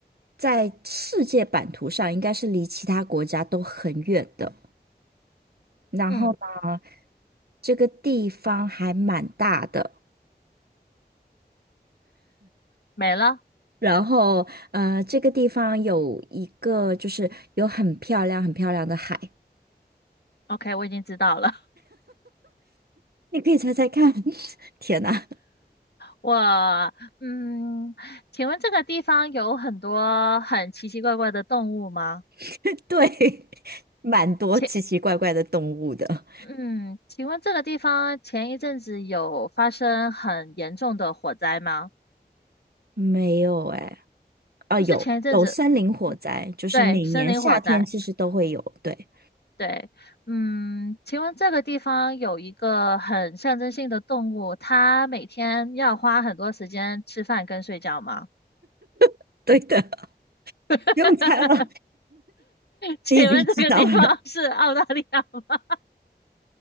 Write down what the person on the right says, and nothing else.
在世界版图上应该是离其他国家都很远的，然后呢，
这个地方还蛮大的。
然后呃，这个地方有一个就是有很漂亮、很漂亮的海，
你可以猜猜看。<laughs> 天哪，
<laughs> 对，蛮多奇奇怪怪的动物的。
没有哎，啊，
有有森林火灾，
就是每年夏天其实都会有。
对，
<laughs> 对的，<laughs>
不用猜了，
你已经知道了。